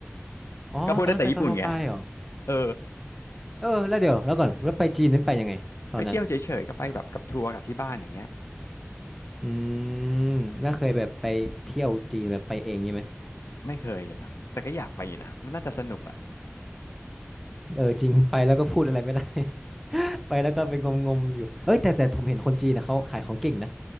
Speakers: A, in the centre; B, on the left.
A: อ๋อ
B: ก็พูดได้แต่ญี่ปุ่นไง
A: ตอนนั้นไปตอนมปลายเหรอ
B: เออ
A: เออแล้วเดี๋ยวแล้วก่อนแล้วไปจีนนั้นไปยังไงตอนนั้น
B: ไปเที่ยวเฉยๆ ก็ไปแบบกับทัวร์กับที่บ้านอย่างเงี้ย
A: อืมแล้วเคยแบบไปเที่ยวจีนแบบไปเองงี้ไหม
B: ไม่เคยเลยอ่ะแต่ก็อยากไปอยู่นะ มันน่าจะสนุกอ่ะ
A: เออจริงไปแล้วก็พูดอะไรไม่ได้ <laughs> ไปแล้วก็เป็นงมๆอยู่เอ้ยแต่แต่ผมเห็นคนจีนนะเขาขายของเก่งนะ